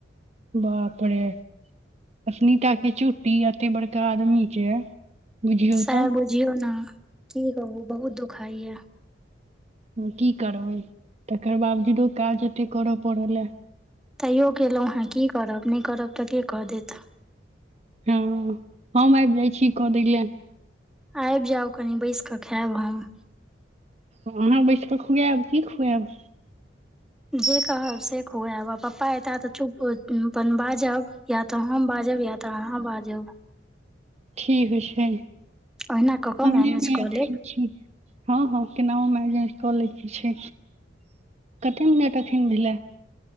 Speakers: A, on the right; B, in the centre.
A: बाप रे एतनीटा के चुट्टी एते बड़का आदमी के बुझियौ
B: साएह
A: तऽ
B: बुझियौ नै की कहु बहुत दुखाए या।
A: हां की करबै तकर बावजूदो काज एते करा पड़ल अय।
B: तैयो केलौ हें की करब नै करब तऽ के कऽ देत।
A: हां हम आएब जाय छी कऽ दै लए।
B: आएब जाउ कनि बैस कऽ खाएब हम।
A: अहाँ बैस कऽ खुआएब की खुआएब।
B: जे कहब से खुआएब आ पप्पा एता तऽ चुप उम्म अपन बाजब। या तऽ हम बाजब या तऽ अहाँ बाजब।
A: ठीक छै,
B: ओहिना कऽ कऽ
A: अंगने
B: मैनेज
A: मे
B: कऽ
A: अखैन
B: लेब
A: छी। हां-हां केनाउ मे आएब जाय छै कऽ लैके छै कते मिनट एखैन भेलै।